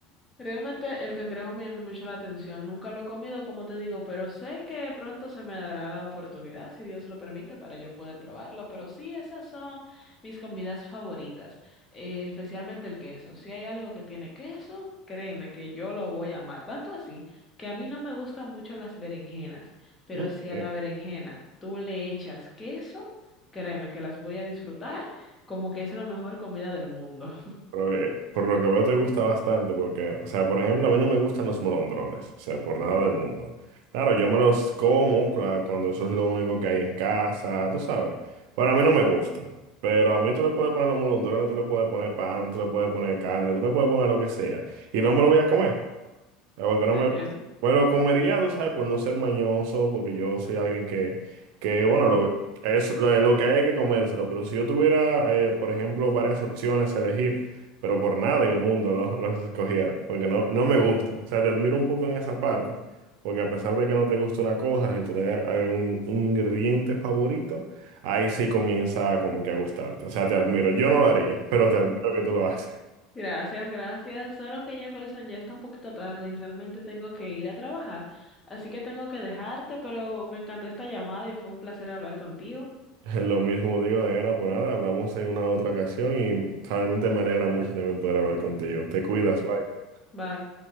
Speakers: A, on the left; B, on the right.
A: Realmente el cangrejo me llama mucho la atención. Nunca lo he comido, como te digo, pero sé que pronto se me dará la oportunidad, si Dios lo permite, para yo poder probarlo. Pero sí, esas son mis comidas favoritas, eh, especialmente el queso. Si hay algo que tiene queso, créeme que yo lo voy a amar. Tanto así que a mí no me gustan mucho las berenjenas, pero
B: Mm,
A: si a
B: ¿sí?
A: la berenjena tú le echas queso, créeme que las voy a disfrutar como que es la mejor comida del mundo.
B: Pero, eh, por lo que veo te gusta bastante, porque, o sea, por ejemplo, a mí no me gustan los molondrones, o sea, por nada del mundo. Claro, yo me los como, claro, cuando eso es lo único que hay en casa, tú sabes. Para mí no me gusta. Pero a mí tú le puedes poner los molondrones, tú le puedes poner pan, tú le puedes poner carne, tú le puedes poner lo que sea. Y no me lo voy a comer. Ah, Porque no
A: Entiendo.
B: me gusta. Me lo comería, tú sabes, por no ser mañoso, porque yo soy alguien que, que bueno, lo, es, lo, lo que hay es que comérselo. Pero si yo tuviera, eh, por ejemplo, varias opciones a elegir, pero por nada en el mundo lo- <laughs> los, escogiera, porque no, no me gustan. O sea, te admiro un poco en esa parte, porque a pesar de que no te gusta una cosa, si tú le das algún un ingrediente favorito, ahí sí comienza como que a gustarte. O sea, te admiro. Yo no lo haría, pero te admiro que tú lo haces.
A: Gracias, gracias. Solo que Jefferson ya está un poquito tarde y realmente tengo que ir a trabajar. Así que tengo que dejarte, pero me encantó esta llamada y fue un placer hablar contigo.
B: <laughs> Lo mismo digo de gana por nada, hablamos en una otra ocasión y realmente me alegra mucho también poder hablar contigo. Te cuidas,
A: <laughs>
B: bye.
A: Bye.